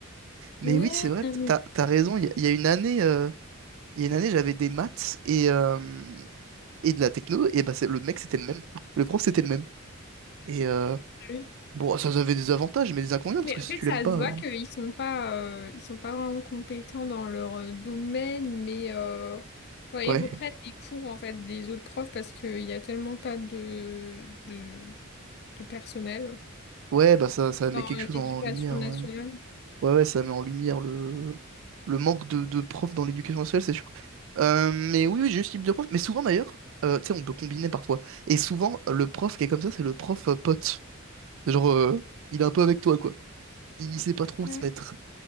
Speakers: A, on the right; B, on the left.
A: Mais
B: Ouais,
A: oui, c'est vrai,
B: non, mais
A: t'as, t'as raison. Il y, a il y a une année, euh, il y a une année, j'avais des maths et, euh, et de la techno, et bah, c'est- le mec, c'était le même. Le prof, c'était le même. Et euh,
B: Euh,
A: bon, ça avait des avantages, mais des inconvénients, parce
B: Mais
A: que si
B: en fait,
A: tu
B: ça
A: l'aimes pas.
B: se voit
A: euh,
B: qu'ils sont pas, euh, ils sont pas vraiment compétents dans leur euh, domaine, mais euh, genre, ils
A: Ouais.
B: reprennent les cours en fait des autres profs parce qu'il y a tellement pas de, de, de personnel
A: Ouais, bah, ça, ça
B: dans
A: met quelque
B: l'éducation
A: chose en lumière.
B: nationale.
A: ouais. Ouais, ouais, ça met en lumière le, le manque de, de profs dans l'éducation nationale, c'est sûr. Euh, mais oui, oui, j'ai eu ce type de prof. Mais souvent, d'ailleurs, euh, tu sais, on peut combiner parfois. Et souvent, le prof qui est comme ça, c'est le prof euh, pote. Genre, euh, il est un peu avec toi, quoi. Il sait pas trop où
B: Ouais,
A: se mettre.